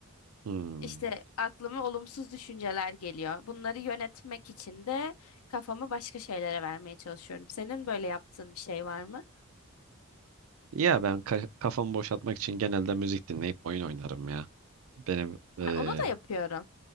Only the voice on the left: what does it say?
İşte aklıma olumsuz düşünceler geliyor. Bunları yönetmek için de kafamı başka şeylere vermeye çalışıyorum. Senin böyle yaptığın bir şey var mı?
Ha, onu da yapıyorum.